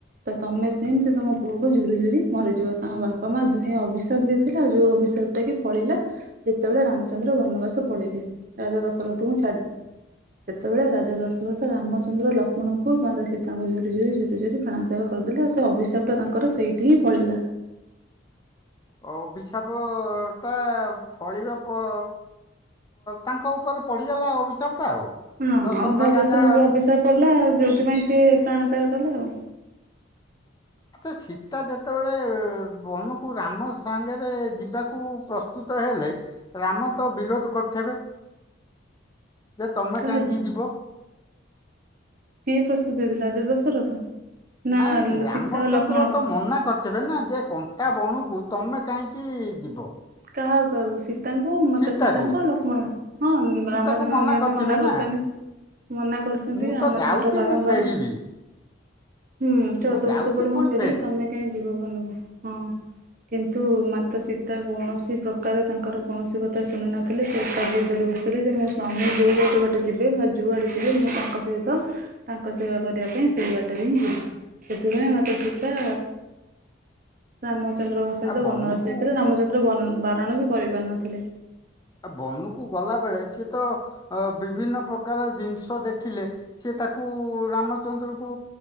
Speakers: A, on the right; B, on the left.
A: ତ ତମେ ସେମିତି ତମ ପୁଅକୁ ଝୁରି ଝୁରି ମରିଯିବ ତାଙ୍କ ବାପା ମା ଦୁହେଁ ଅଭିଶାପ ଦେଇଥିଲେ। ଆଉ ଯୋଉ ଅଭିଷାପ ଟା କି ଫଳିଲା ଯେତେବେଳେ ରାମଚନ୍ଦ୍ର ବନବାସ ପଳେଇଲେ ରାଜା ଦଶରଥଙ୍କୁ ଛାଡ଼ି। ସେତେବେଳେ ରାଜା ଦଶରଥ ରାମଚନ୍ଦ୍ର ଲକ୍ଷ୍ମଣଙ୍କୁ ମାତା ସୀତାଙ୍କୁ ଝୁରି, ଝୁରି, ଝୁରି, ଝୁରି ପ୍ରାଣତ୍ୟାଗ କରିଦେଲେ। ଆଉ ସେ ଅଭିଶାପ ଟା ତାଙ୍କର ସେଇଠି ହିଁ ଫଳିଲା।
B: ଅଭିଶାପଟା ଫଳିବା ପ ତାଙ୍କ ଉପରେ ପଡ଼ିଗଲା ଅଭିିଶାପଟା ଆଉ।
A: ହଁ
B: ଦଶରଥ
A: ଅନୁରାଗ
B: ରାଜା
A: ଦର୍ଶନ ବି ଅଭିିଷାପ ପଡ଼ିଲା। ଆଉ ଯୋଉଥିପାଇଁ ସିଏ ପ୍ରାଣତ୍ୟାଗ କଲେ ଆଉ।
B: ଆଚ୍ଛା ସୀତା ଯେତେବେଳେ ବନକୁ ରାମ ସାଙ୍ଗରେ ଯିବାକୁ ପ୍ରସ୍ତୁତ ହେଲେ ରାମ ତ ବିରୋଧ କରିଥିବେ? ଯେ ତମେ
A: କାହାକୁ
B: କାହିଁକି ଯିବ।
A: କିଏ ପ୍ରସ୍ତୁତ ହେଇଥିଲା ରାଜା ଦଶରଥ
B: ନାଇଁ
A: ନା
B: ରାମଚନ୍ଦ୍ର
A: ସୀତା ଆଉ ଲକ୍ଷ୍ମଣ
B: ତ
A: କ
B: ମନା କରିଥିବେ ନା ଯେ କଣ୍ଟା ବଣକୁ ତମେ କାହିଁକି ଯିବ?
A: କାହା କାହାକୁ ଶୀ ତାଙ୍କୁ ମାତା
B: ସୀତାକୁ
A: ସୀତାଙ୍କୁ ଆଉ ଲକ୍ଷ୍ମଣଙ୍କୁ ହଁ
B: ସୀତାକୁ
A: ରାମଚନ୍ଦ୍ର ନିହାତି
B: କରିଥିବେ
A: ମନା
B: ନା
A: କରିଛନ୍ତି। ମନା କରୁଛନ୍ତି
B: ମୁଁ
A: ରାମଚନ୍ଦ୍ର
B: ତ ଯାଉଛି
A: ବାରମ୍ବାର।
B: ମୁଁ ଫେରିବି
A: ହୁଁ ଚଉଦ
B: ମୁଁ ଯାଉଛି
A: ବର୍ଷ ପରେ
B: ପୁଣି
A: ମୁଁ ଫେରିବି ତମେ ହେଇ ଯିବ ଭଲରେ ହଁ କିନ୍ତୁ ମାତା ଶୀ କୌଣସି ପ୍ରକାର ତାଙ୍କର କୌଣସି କଥା ଶୁଣିନଥିଲି ସେ ଏକା ଜିଦ ଧରି ବସିଥିଲେ ଯେ ମୁଁ ସ୍ୱାମୀ ଯେଉଁ ବାଟେ ବାଟେ ଯିବେ ଯିବେ ମ ଯଉଁଆଡ଼େ ଯିବେ ମୁଁ ତାଙ୍କ ସହିତ ତାଙ୍କ ସେବା କରିବା ପାଇଁ ସେଇ ବାଟରେ ହିଁ ଯିବେ ସେଥିପାଇଁ ମାତା ସୀତା ରାମଚନ୍ଦ୍ରଙ୍କ ସହିତ
B: ଆଉ
A: ବନବାସ
B: ବନକୁ
A: ଯାଇଥିଲେ ରାମଚନ୍ଦ୍ର ବର ବାରଣ ବି କରିପାରୁ ନଥିଲେ।
B: ଅ ବନୁକୁ ଗଲା ବେଳେ ସିଏ ତ ଅ ବିଭିନ୍ନ ପ୍ରକାର ଜିନିଷ ଦେଖିଲେ? ସେ ତାକୁ ରାମଚନ୍ଦ୍ରଙ୍କୁ